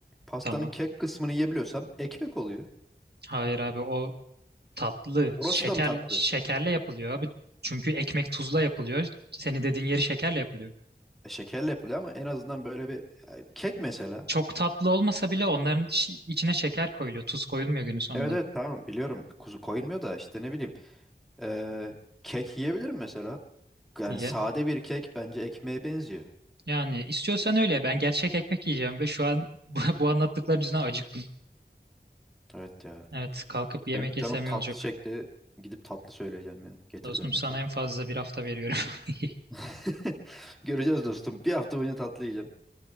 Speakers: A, in the centre; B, on the right (about 60°).
A: Pastanın
B: Tamam.
A: kek kısmını yiyebiliyorsam ekmek oluyor.
B: Hayır abi o tatlı.
A: Orası
B: Şeker
A: da mı tatlı?
B: şekerle yapılıyor abi. Çünkü ekmek tuzla yapılıyor. Senin dediğin yeri şekerle yapılıyor.
A: E, Şekerle yapılıyor ama en azından böyle bir e, kek mesela.
B: Çok tatlı olmasa bile onların şi- içine şeker koyuluyor. Tuz koyulmuyor günün sonunda
A: Evet evet tamam biliyorum kuzu koyulmuyor da işte ne bileyim e, kek yiyebilirim mesela. Yani
B: diye.
A: sade bir kek bence ekmeğe benziyor.
B: Yani istiyorsan öyle. Ben gerçek ekmek yiyeceğim ve şu an <laughs> bu, bu anlattıkların yüzünden acıktım.
A: Evet ya.
B: Evet, kalkıp bir yemek
A: Benim de
B: yesem
A: canım tatlı
B: iyi olacak.
A: çekti. Gidip tatlı söyleyeceğim ya. Getirden
B: Dostum
A: metirden.
B: sana en fazla bir hafta veriyorum. <laughs>
A: <laughs> Göreceğiz dostum. Bir hafta boyunca tatlı yiyeceğim.